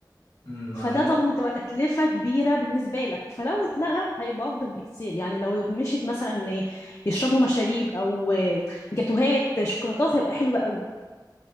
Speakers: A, on the left; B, on the left.
A: مم، ما
B: فده
A: دي نقطه
B: طبعا هتبقى تكلفة كبيرة بالنسبة لك فلو اتلغى هيبقى أفضل بكتير يعني لو مشيت مثلا إن يشربوا مشاريب أو جاتوهات شوكولاتات هيبقى حلو قوي